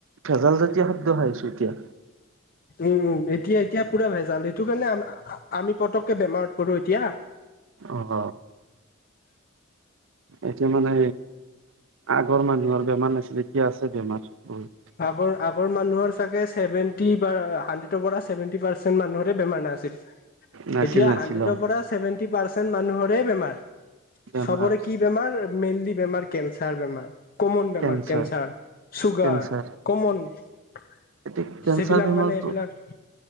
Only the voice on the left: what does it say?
উম উম এতিয়া এতিয়া পুৰা ভেজাল এইটো কাৰণে আ আমি পতককে বেমাৰত পৰো এতিয়া।
আগৰ আগৰ মানুহৰ চাগে ছেভেনটি হানড্ৰেদৰ পৰা ছেভেন্টি পাৰ্চেন্ট মানুহৰে বেমাৰ নাছিল।
এতিয়া
হানড্ৰেদৰ
পৰা চেভেনটি পাৰ্চেন মানুহৰ ৰে বেমাৰ।
চবৰে কি বেমাৰ? মেইনলি বেমাৰ কেন্সাৰ বেমাৰ। কমন বেমাৰ
কেন্সাৰ, চুগাৰ।
<unintelligible>
যিবিলাক
মানে এইবিলাক।